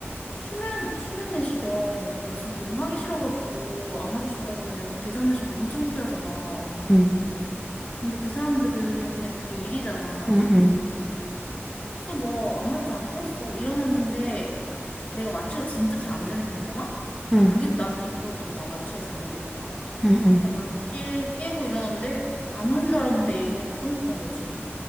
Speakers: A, on the left; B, in the centre.
A: 수면 수면 내시경 나 진짜 너무 하기 싫어가지고 안 하고 싶다고 했는데 그 대장 내시경 너무 창피하잖아.
B: 응,
A: 근데 그 사람들은 그냥 그게 일이잖아.
B: 응, 응, 응,
A: 그래서 뭐 아무렇지 않게 했어. 일어났는데 내가 마취가 진짜 잘 안 되는 편이잖아. 나
B: 응,
A: 그게 나 또 무서웠던 거야. 마취가 잘 안 되니까.
B: 응. 응.
A: 근데 마취 깨고 일어났는데 안 한 줄 알았는데 이미 다 끝났던 거지.